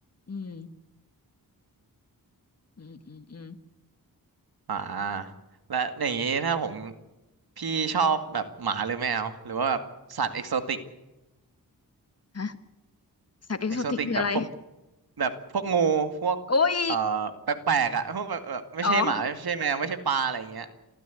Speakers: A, on the left; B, on the right.
A: อืมอืมอืมอืม
B: อ่าและอย่างนี้ถ้าผมพี่ชอบแบบหมาหรือแมวหรือว่าแบบสัตว์เอกโซติก
A: ฮะสัตว์เอกโซติกคืออะไร
B: เอกโซติกแบบพวกแบบพวกงูพวกเอ่อแปลกๆอ่ะ
A: โอ้ย
B: <laughs> พวกแบบแบบไม่ใช่หมาไม่ใช่แมวไม่ใช่ปลาอะไรอย่างเงี้ย
A: อ๋อ